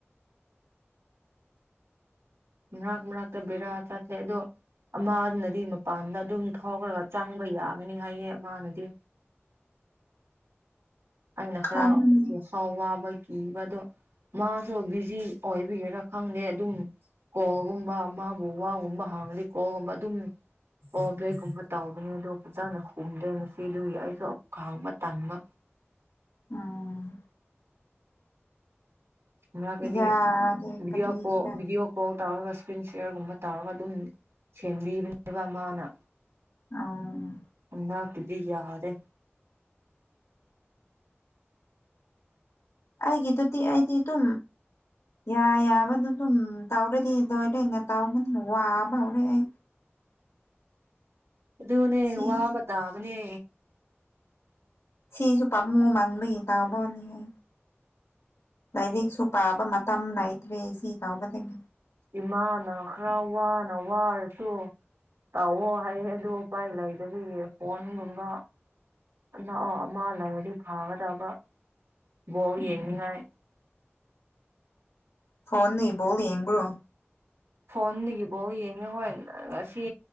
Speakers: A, on the right; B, on the left.
A: ꯃꯅꯥꯛ ꯃꯅꯥ ꯇ ꯕꯔ ꯍꯥꯏꯂ ꯑꯗꯨꯗꯣ ꯑꯃꯅꯗꯤ ꯃꯄꯥꯟꯗ ꯑꯗꯨꯝ ꯊꯥꯎꯈ꯭ꯔꯒ ꯆꯪꯕ ꯌꯥꯒꯅꯤ ꯍꯥꯏꯌꯦ ꯑꯃꯅꯗꯤ ꯑꯩꯅ
B: ꯈꯪꯉꯦ
A: ꯈꯔ ꯋꯥꯈꯥꯎ ꯋꯥꯕ ꯀꯤꯕꯗꯣ ꯃꯥꯁꯨ ꯕꯤꯖꯤ ꯑꯣꯏꯕꯤꯒꯦꯔꯥ ꯈꯪꯗꯦ ꯑꯗꯨꯝ ꯀꯣꯜꯒꯨꯝꯕ ꯃꯥꯕꯨ ꯋꯥꯒꯨꯝꯕ ꯍꯥꯡꯅꯤ ꯀꯣꯜꯒꯨꯝꯕ ꯑꯗꯨꯝ ꯑꯣ ꯕꯦꯛꯒꯨꯝꯕ ꯇꯥꯎꯕꯅꯦ ꯑꯗꯣ ꯐꯖꯥꯅ ꯍꯨꯝꯗ꯭ꯔꯦ ꯉꯁꯤ ꯑꯗꯨꯒꯤ ꯑꯩꯁꯨ ꯑꯃ ꯈꯥꯡꯕ ꯇꯟꯕ
B: ꯎꯝ
A: ꯃꯥ ꯀꯗꯤ
B: ꯌꯥꯗꯦ
A: ꯕꯤꯗꯤꯑꯣ
B: ꯀꯔꯤꯒꯤꯔ
A: ꯀꯣꯕꯤꯗꯤꯑꯣ ꯐꯨꯠꯕꯣꯜ ꯇꯧꯔꯒ ꯏꯁꯀ꯭ꯔꯤꯟ ꯆꯦꯌꯔꯒꯨꯝꯕ ꯇꯧꯔꯒ ꯑꯗꯨꯝ ꯁꯦꯝꯕꯤꯕꯅꯦꯕ ꯃꯥꯅ
B: ꯑ
A: ꯎ ꯀꯗꯤ ꯌꯥꯔꯦ
B: ꯑꯩꯒꯤꯇꯤ ꯑꯩꯗꯤ ꯇ ꯌꯥ ꯌꯥꯕꯗꯨ ꯑꯗꯨꯝ ꯇꯧꯔꯗꯤ ꯂꯣꯏꯔꯅꯦ ꯇꯥꯎꯕꯅꯤꯅ ꯋꯥꯕ ꯍꯧꯔꯦ ꯑꯩ
A: ꯑꯗꯨ ꯑꯗꯨꯅꯦ
B: ꯁꯤꯁꯦ
A: ꯋꯥꯕ ꯇꯕꯅꯦ
B: ꯁꯤꯁꯨ ꯄꯥꯝꯃꯨꯡꯉ ꯃꯥꯟꯕꯒꯤ ꯇꯎꯕꯅꯤ ꯍꯥꯏ ꯂꯥꯏꯔꯤꯛꯁꯨ ꯄꯥꯕ ꯃꯇꯝ ꯅꯥꯏꯇ꯭ꯔꯦ ꯁꯤ ꯇꯥꯎꯒꯗꯗꯒꯤ
A: ꯏꯃꯥꯅ ꯈꯔ ꯋꯥꯅ ꯋꯥꯔꯁꯨ ꯇꯥꯛꯑꯣ ꯍꯥꯏꯌꯦ ꯑꯗꯨ ꯎꯄꯥꯏ ꯂꯩꯗꯕꯤꯒꯤ ꯐꯣꯟꯒꯨꯝꯕ ꯅꯛꯑꯣ ꯑꯃ ꯂꯩꯔꯗꯤ ꯐꯒꯗꯕ ꯕꯣꯔ
B: ꯎꯝ
A: ꯌꯦꯡꯅꯤꯡꯉꯥꯏ
B: ꯐꯣꯟ ꯏꯕꯣ ꯌꯦꯡꯕ꯭ꯔꯣ
A: ꯐꯣꯟꯗꯒꯤꯐꯥꯎ ꯌꯦꯡꯉꯦ ꯍꯣꯏ ꯉꯁꯤ